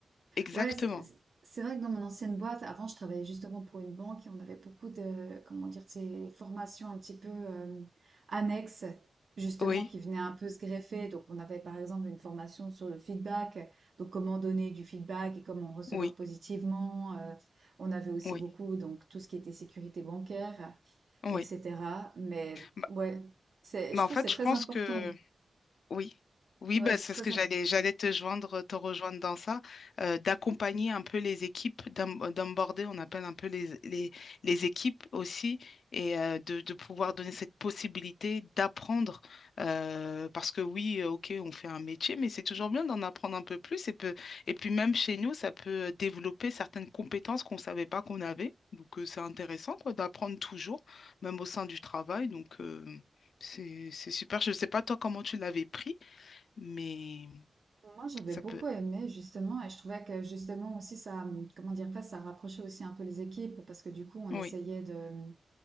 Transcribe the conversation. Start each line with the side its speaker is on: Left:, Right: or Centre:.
Left: exactement.
Right: Ouais, c'est c'est- c'est vrai que dans mon ancienne boîte, avant, je travaillais justement pour une banque et on avait beaucoup de, comment dire, de ces formations un petit peu euh, annexes, justement,
Left: Oui,
Right: qui venaient un peu se greffer. Donc, on avait par exemple une formation sur le feedback, donc comment donner du feedback et comment recevoir
Left: oui,
Right: positivement. euh, on avait aussi
Left: oui,
Right: beaucoup, donc, tout ce qui était sécurité bancaire,
Left: oui.
Right: etc. Mais
Left: Bah,
Right: ouais, c'est,
Left: bah,
Right: je trouve
Left: en fait,
Right: que c'est très
Left: je pense
Right: important.
Left: que Oui, oui,
Right: Ouais,
Left: bah,
Right: c'est
Left: c'est
Right: très
Left: ce que
Right: important.
Left: j'allais, j'allais te joindre, te rejoindre dans ça, euh, d'accompagner un peu les équipes, d'on- d'onboarder, on appelle un peu les, les, les équipes aussi, et euh, de, de pouvoir donner cette possibilité d'apprendre, euh, parce que oui, euh, ok, on fait un métier, mais c'est toujours bien d'en apprendre un peu plus, et, peu- et puis même chez nous, ça peut développer certaines compétences qu'on ne savait pas qu'on avait, donc euh, c'est intéressant quoi, d'apprendre toujours, même au sein du travail, donc... euh, c'est, c'est super. Je ne sais pas toi comment tu l'avais pris, mais
Right: Moi, j'avais
Left: ça
Right: beaucoup
Left: peut.
Right: aimé justement, et je trouvais que justement aussi ça, comment dire, presque ça rapprochait aussi un peu les équipes parce que du coup, on
Left: Oui,
Right: essayait de,